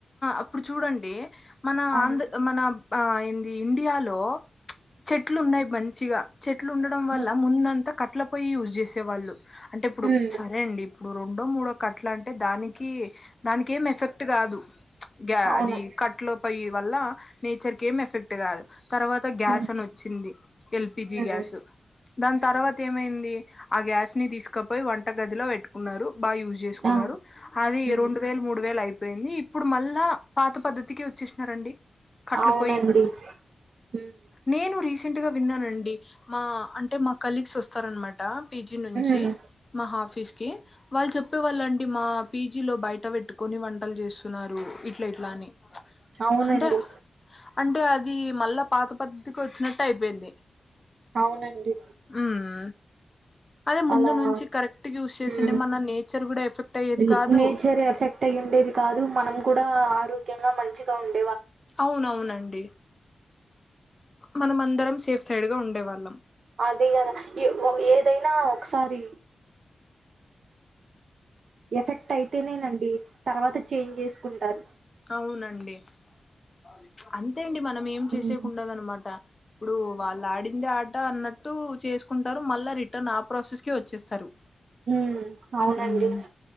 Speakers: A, on the left; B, on the right.
A: ఇప్పుడు చూడండి మన
B: అవును
A: ఆంధ్ర మన ఏది ఇండియాలో చెట్లు ఉన్నాయి మంచిగా చెట్లు ఉండడం వల్ల
B: ఉమ్
A: ముందంతా కట్ట కట్ల పోయి యూజ్ చేసేవాళ్ళు అంటే ఇప్పుడు
B: ఉమ్,
A: సరే అండి ఇప్పుడు రెండో మూడో కట్ల అంటే దానికి దానికి ఏమి ఎఫెక్ట్ కాదు, యా
B: అవును
A: అది కట్లు పొయి వల్ల నేచర్ కి ఏం ఎఫెక్ట్ కాదు తర్వాత గ్యాస్
B: ఉమ్,
A: అని వచ్చింది ఎల్పిజి
B: ఉమ్,
A: గ్యాస్ దాని
B: ఉమ్,
A: తర్వాత ఏమైంది ఆ గ్యాస్ ని తీసుకపోయి వంట గదిలో పెట్టుకున్నారు బాగా యూజ్ చేసుకున్నారు
B: ఆ
A: అది
B: ఉమ్,
A: రెండు వేలు మూడు వేలు అయిపోయింది ఇప్పుడు మళ్ళా పాత పద్ధతికి వచ్చేసినారండి కట్లుపోయి
B: అవునండి ఉమ్,
A: నేను రీస రీసెంట్గా విన్నానండి మా అంటే మా కలీగ్స్ వస్తారనమాట పీజి నుంచి
B: ఉమ్, ఉమ్,
A: మా ఆఫీస్ కి వాళ్ళు చెప్పేవాళ్ళండి మా పీజీ లో బయట పెట్టుకొని వంటలు చేస్తున్నారు ఇట్లా ఇట్లా అని
B: అవునండి
A: అంటే అంటే అది మళ్ళా పాత పద్ధతికి వచ్చినట్లు అయిపోయింది
B: అవునండి
A: ఉమ్ అదే ముందు
B: అలా
A: నుంచి కరెక్ట్ యూజ్
B: హ్మ్.
A: చేసిండే మన నేచర్ కూడా ఎఫెక్ట్ అయ్యేది
B: న్
A: కాదు
B: నేచర్ ఎఫెక్ట్ అయి ఉండేది కాదు మనం కూడా ఆరోగ్యంగా మంచిగా ఉండ
A: అవునవునండి మనం అందరం సేఫ్ సైడ్గా ఉండేవాళ్ళం
B: అది కదా ఏదైనా ఒకసారి ఎఫెక్ట్ అయితేనేనండి తర్వాత చేంజ్ చేసుకుంటారు
A: అవునండి చిప్ అంత అంతే అండి మనం ఏం
B: హ్మ్.
A: చేసేకు ఉండదనమాట ఇప్పుడు
B: అవును.
A: వాళ్ళు ఆడిందే ఆ ఆట అన్నట్టు చేసుకుంటారు మళ్ళా రిటర్న్ ఆ ప్రాసెస్ కి వచ్చేస్తారు
B: హమ్ అవునండి
A: ఉమ్